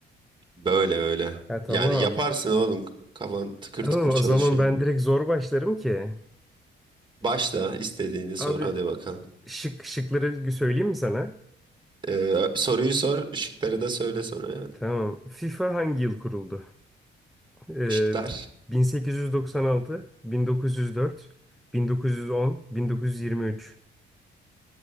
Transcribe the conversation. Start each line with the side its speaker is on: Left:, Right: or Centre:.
Right: Böyle öyle.
Centre: Ha tamam.
Right: Yani yaparsın oğlum. Kafan tıkır
Centre: Tamam,
Right: tıkır çalışıyor.
Centre: o zaman ben direkt zor başlarım ki.
Right: Başla istediğini sor
Centre: Abi
Right: hadi bakalım.
Centre: şık şıkları söyleyeyim mi sana?
Right: E, soruyu sor. Şıkları da söyle sonra. Evet.
Centre: Tamam. FIFA hangi yıl kuruldu? Ee,
Right: Şıklar
Centre: 1896, 1904, 1910, 1923.